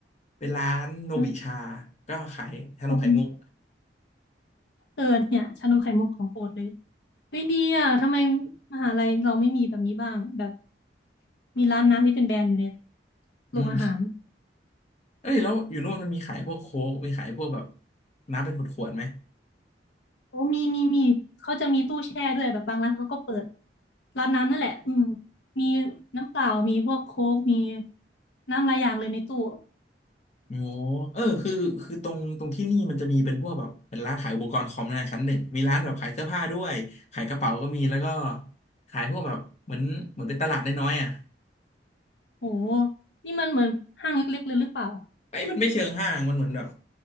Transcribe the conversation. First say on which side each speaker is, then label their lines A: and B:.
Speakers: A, on the left; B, on the left.
A: เป็นร้านโนบิชา
B: อื
A: ก็ขายชานมไข่มุก
B: มเออเนี่ยชานมไข่มุกของโปรดเลย ไม่ดีอ่ะทำไมมหาลัยเราไม่มีแบบนี้บ้างแบบมีร้านน้ำที่เป็นแบรนด์อยู่ในโรงอาหาร
A: อืมเอ้ยแล้วอยู่นู่นมันมีขายพวกโค้กมีขายพวกแบบน้ำเป็นขวดๆไหม
B: โอ้มีมีมีเขาจะมีตู้แช่ด้วยแบบบางร้านเขาก็เปิดร้านน้ำนั่นแหละอืมมีน้ำเปล่ามีพวกโค้กมีน้ำหลายอย่างเลยในตู้
A: โอ้เออคือคือตรงตรงที่นี่มันจะมีเป็นพวกแบบเป็นร้านขายอุปกรณ์คอมในชั้นหนึ่งมีร้านแบบขายเสื้อผ้าด้วยขายกระเป๋าก็มีแล้วก็ขายพวกแบบเหมือนเหมือนเป็นตลาดน้อยๆอ่ะ
B: โหนี่มันเหมือนห้างเล็กๆเลยหรือเปล่า
A: ไม่มันไม่เชิงห้างมันเหมือนแบบ